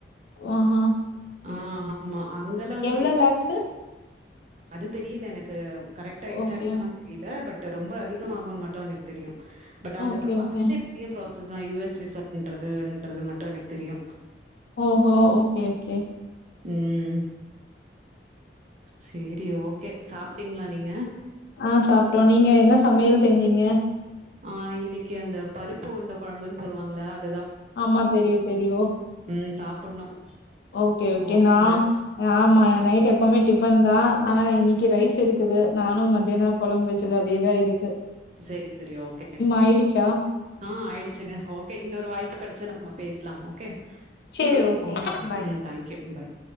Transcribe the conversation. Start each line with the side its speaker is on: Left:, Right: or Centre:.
Left: ஆஹா.
Right: ஆ ஆமா அங்கலாம் வந்து
Left: எவ்ளோ லேக்ஸு
Right: அது தெரியல எனக் க்க கரெக்டா எக்ஸாக்டா
Left: ஓகே.
Right: எல்லா தெரியல பட் ரொம்ப அதிகமாகுன்னு மட்டு எனக்கு தெரியு. பட் அந்த
Left: ஓகே,
Right: ப்ராசஸே
Left: ஓகே.
Right: பெரிய ப்ரா சஸா யு எஸ் விசான்றது ன்றது மட்டு எனக்கு தெரியு.
Left: ஓஹோ ஓகே ஓகே
Right: ம் சேரி ஓகே சாப் ட்டீங்களா நீங்க?
Left: ஆ சாப்ட்டோ நீங்க என்ன சமையல் செஞ்சீங்க?
Right: ஆ இன்னக்கி அந்த பருப்பு உருண்ட கொழம்புன்னு சொல்வாங்கல்ல அ
Left: ஆமா தெரியு தெரியு
Right: ம் சாப்பிடணும்.
Left: ஓகே ஓகே
Right: ஓகேங்க.
Left: நா ஆமா நைட் எப்பமே டிஃபன்தா ஆனா இன்னி க்கி ரைஸ் இருக்குது. நானு மத்தியானோ கொழம்பு வெச்சது அதேதா இரு
Right: செரி செரி ஓகேங்க
Left: ஆயிடுச்சா?
Right: ஆ ஆயிடுச்சுங்க ஓகே இன்னொரு வாய் ப்பு கெடச்சா நம்ம பேசலா ஓகே
Left: சரி
Right: ம் ஓகேங்க
Left: பாய்.
Right: ம் தேங்க்யூ ம் பாய்